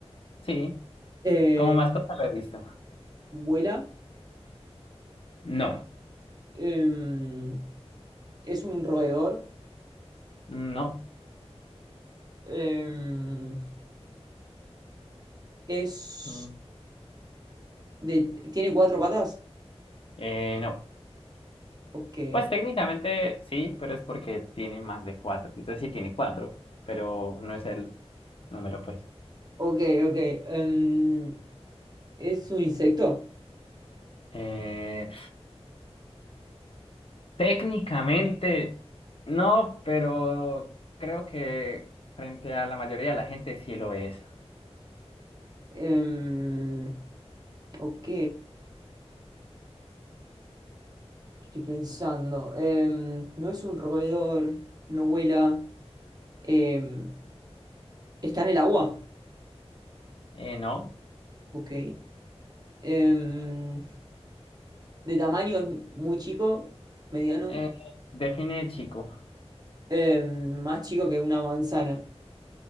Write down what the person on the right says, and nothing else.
Eh,
¿vuela?
Em, ¿es un roedor?
Em, ¿es
de, ¿tiene cuatro patas?
Ok.
Ok, ok. Em, ¿es un insecto?
Em, ok. Estoy pensando. Em, no es un roedor, no vuela. Em, ¿está en el agua?
Ok. Em, de tamaño es muy chico, mediano,
em, más chico que una manzana.